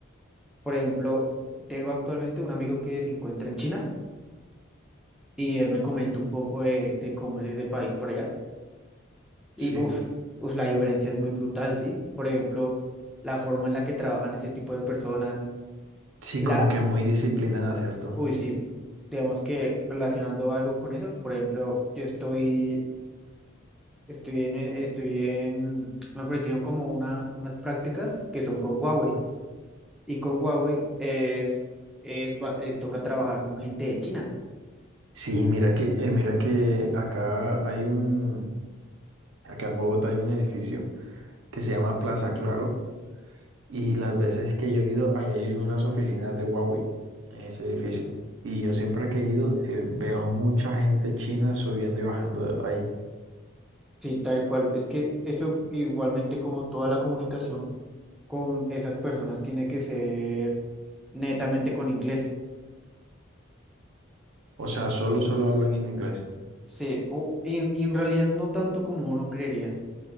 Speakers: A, in the centre; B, on the right.
A: Por ejemplo, tengo actualmente un amigo que se encuentra en China. y él me comentó un poco de, de cómo es ese país por allá. Y
B: Sí.
A: uff, uf, uf, la diferencia es muy brutal, ¿sí? Por ejemplo, la forma en la que trabajan ese tipo de personas,
B: Sí,
A: la,
B: como que muy disciplinada, ¿cierto?
A: uy, sí, digamos que relacionando algo con eso, por ejemplo, yo estoy, estoy en, eh, estoy en, me ofrecieron como una, unas prácticas que son con Huawei. Y con Huawei es, es, ba- es toca trabajar con gente de China.
B: Sí, mira que, eh, mira que acá hay un, acá en Bogotá hay un edificio que se llama Plaza Claro Y las veces que yo he ido, allá hay unas oficinas de Huawei en ese edificio. Y yo siempre que he ido, eh, veo a mucha gente china subiendo y bajando de ahí.
A: Sí, tal cual. Es que eso igualmente como toda la comunicación. con esas personas tiene que ser netamente con inglés.
B: O sea, solo, solo hablan en inglés.
A: Sí, o en, en realidad no tanto como uno creería,